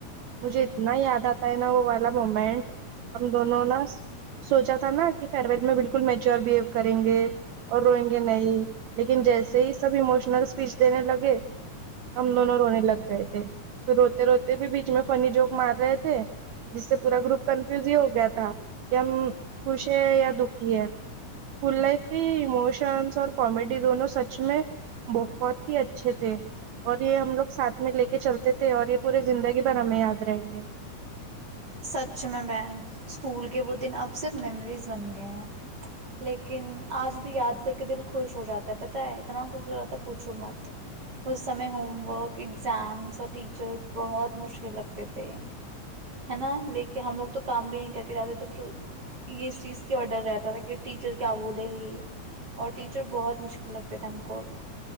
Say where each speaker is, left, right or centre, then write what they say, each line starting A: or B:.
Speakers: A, on the right (about 70°); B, on the right (about 30°).
A: مجھے اتنا یاد آتا ہے نا وہ والا مومنٹ ہم دونوں نا سوچا تھا نا کہ فر ویل میں بالکل میچور بہیو کریں گے اور روئیں گے نہیں لیکن جیسے ہی سب اموشنل اسپیچ دینے لگے ہم دونوں رونے لگ گئے تھے تو روتے روتے بھی فنی جوک مار رہے تھے جس سے پورا گروپ کنفیوز ہی ہو گیا تھا کہ ہم خوش ہے یا دکھی ہے اسکول لائف کے اموشنس اور کامیڈی دونوں سچ میں بہت ہی اچھے تھے اور یہ ہم لوگ ساتھ میں لے کے چلتے تھے اور یہ پورے زندگی ب ہمیں یاد رہیں گے
B: سچ میں بہن اسکول کے وہ دن اب صرف میموریز بن گئے ہیں لیکن آج بھی یاد کر کے دل خوش ہو جاتا ہے پت ہے اتنا خوش ہو جاتا پوچھو مت اس سمے ہوم ورک ایگزامس اور ٹیچرس بہت مشکل لگتے تھے ہے نا لیکن ہم لوگ تو کام بھی نہیں کر کے جاتے تھے پھر اس چیز کی اور ڈر رہتا تھا کہ ٹیچر کیا بولے گی اور ٹیچر بہت مشکل لگتے تھے ہم کو